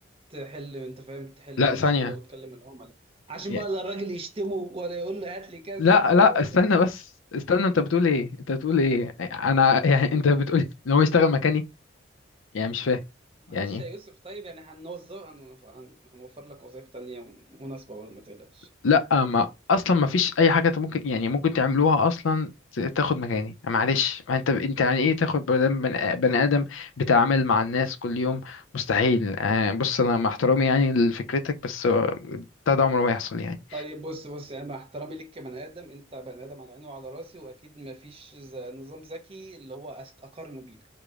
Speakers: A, on the right (about 30°); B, on the left (about 80°).
A: تحل انت فاهم تحل
B: لا
A: هي المشكله
B: ثانية
A: وتكلم العملاء عشان
B: ي-
A: بقى لا الراجل يشتمه ولا يقول له هات لي كذا
B: لا
A: ولا
B: لا
A: يقول
B: استنى
A: لي هات لي
B: بس استنى انت بتقول ايه انت بتقول ايه انا يعني انت بتقول ان هو يشتغل مكاني يعني مش فاهم
A: معلش
B: يعني إيه؟
A: يا يوسف طيب يعني هنوظف هن- هن- هنوفر لك وظائف تانية مناسبة برضه ما تقلقش
B: لا ما اصلا ما فيش اي حاجه انت ممكن يعني ممكن تعملوها اصلا ت- تاخد مكاني معلش ما انت انت يعني ايه تاخد بني آدم بني- بني آدم بتعامل مع الناس كل يوم مستحيل آه، بص انا مع احترامي يعني لفكرتك بس آه، ده, ده عمره ما يحصل يعني
A: طيب بص بص يعني مع احترامي ليك كبني ادم انت بني ادم على عيني وعلى راسي واكيد ما فيش نظام ذكي اللي هو أس- اقارنه بيك